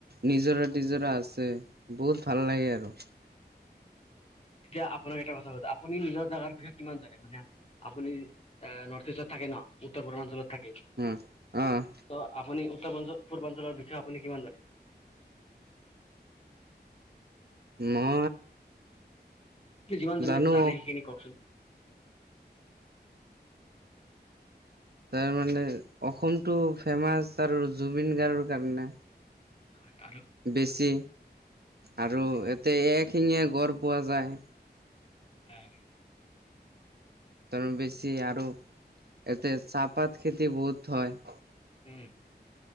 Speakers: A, on the right; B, on the left.
A: নিজৰা তিজৰা আছে বহুত ভাল লাগে আৰু।
B: এতিয়া আপোনাক এটা কথা সুধো আপুনি নিজৰ জেগাৰ বিষয়ে কিমান জানে মানে আপুনি নৰ্থ ইষ্টত থাকে ন উত্তৰ পূৰ্বাঞ্চলত থাকে।
A: উম, অ'
B: ত আপুনি উত্তৰ পূৰ্বাঞ্চলৰ বিষয়ে আপুনি কিমান জানে?
A: <unintelligible>
B: যিমান যি
A: জানো
B: জানে সেইখিনি কওকচোন।
A: তাৰ মানে অসমটো ফেমাচ আৰু জুবিন গাৰ্গৰ কাৰণে।
B: হয় আৰু
A: বেছি আৰু এতে এক শিঙিয়া গড় পোৱা যায়।
B: নাই।
A: ত বেছি আৰু ইয়াতে চাহপাত খেতি বহুত হয়।
B: উম।